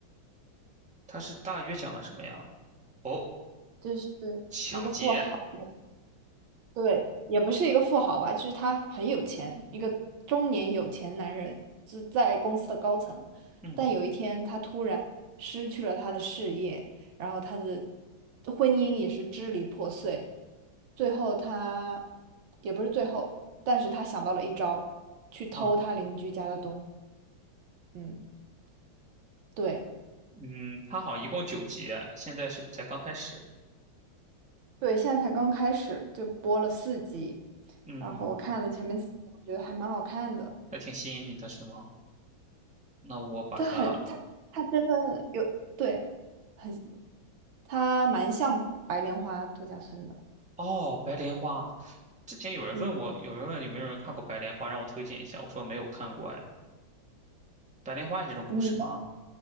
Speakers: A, in the centre; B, on the right.
A: 它是大约讲的什么呀？哦，
B: 就是
A: 抢劫，
B: 一个富豪。对，也不是一个富豪吧，就是他很有钱，一个中年有钱男人，就在公司的高层。
A: 嗯
B: 但有一天，他突然失去了他的事业，然后他的婚姻也是支离破碎。最后他，也不是最后，但是他想到了一招，去偷他邻居家的东西。
A: 啊。
B: 嗯，对
A: 嗯，它好像一共九集哎，现在是不是才刚开始？
B: 对，现在才刚开始，就播了四集，
A: 嗯，
B: 然后我看了前面四集，我觉得还蛮好看的。
A: 还挺吸引你的是吗？那我把它，
B: 他很他他真的有对，很他蛮像白莲花度假村的。
A: 哦，白莲花。之前有人问我，
B: 嗯，
A: 有人问有没有人看过白莲花，让我推荐一下。我说没有看过，哎，白莲花也这种故事吗？
B: 你